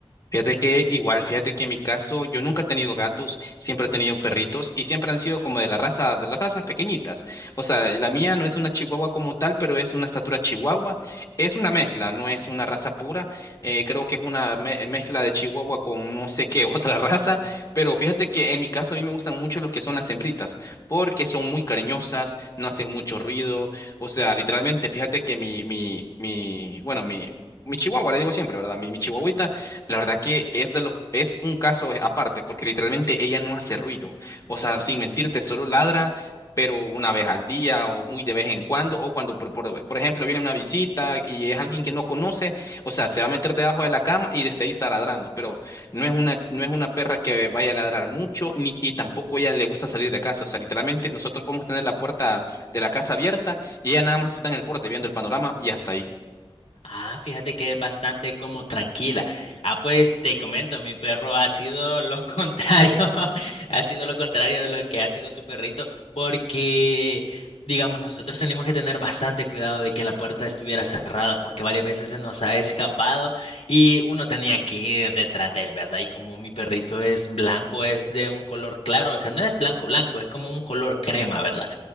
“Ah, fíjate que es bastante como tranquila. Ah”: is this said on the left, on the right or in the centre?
Left